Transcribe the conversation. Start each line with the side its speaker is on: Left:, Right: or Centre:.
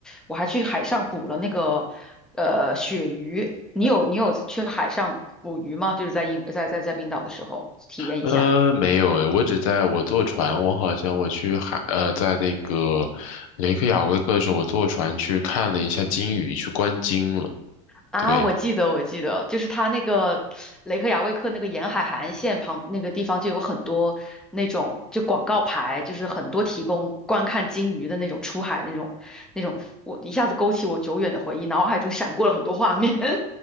Centre: 我还去海上捕了那个呃鳕鱼。你有你有去海上捕鱼吗？就是在英在在在冰岛的时候体验一下。
Left: 呃，没有诶，我只在我坐船，我好像我去海，呃，在那个雷克雅未克的时候，我坐船去看了一下鲸鱼，去观鲸了。
Centre: 啊，
Left: 对。
Centre: 我记得，我记得，就是他那个雷克雅未克那个沿海海岸线旁那个地方，就有很多那种就广告牌，就是很多提供观看鲸鱼的那种出海那种那种，我一下子勾起我久远的回忆，脑海中闪过了很多画面。